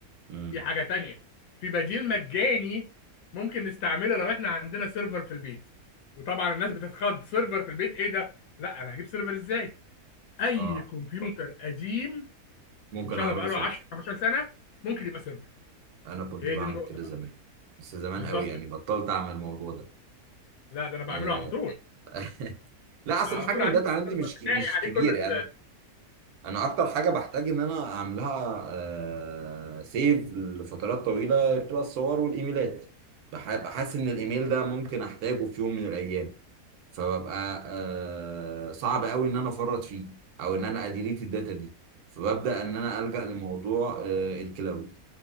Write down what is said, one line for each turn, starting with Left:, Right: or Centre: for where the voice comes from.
Right: امم
Left: في حاجة تانية في بديل مجاني ممكن نستعمله لو احنا عندنا سيرفر في البيت وطبعا الناس بتتخض سيرفر في البيت ايه ده؟ لا انا هجيب سيرفر ازاي؟ اي
Right: اه
Left: كمبيوتر قديم
Right: ممكن
Left: ان شاء
Right: اعمله
Left: الله بقاله
Right: سيرفر
Left: 10 15 سنة ممكن يبقى سيرفر
Right: انا كنت
Left: هي
Right: بعمل
Left: دي النقطة
Right: كده
Left: بقى
Right: زمان بس زمان
Left: بالظبط
Right: قوي يعني
Left: كده
Right: بطلت اعمل الموضوع ده
Left: لا ده انا بعمله
Right: آه،
Left: على طول
Right: <laughs> لا اصلا
Left: على
Right: حجم
Left: طول عندي
Right: الداتا
Left: السيرفر
Right: عندي مش كي-
Left: بتاعي
Right: مش
Left: عليه
Right: كبير
Left: كل
Right: يعني انا اكتر حاجه بحتاج ان انا اعملها آه، سيف لفترات طويله بتبقى الصور والايميلات بح- بحس ان الايميل ده ممكن احتاجه في يوم من الايام فببقى آه، صعب قوي ان انا افرط فيه او ان انا اديليت الداتا دي فببدا ان انا الجا لموضوع آه، الكلاود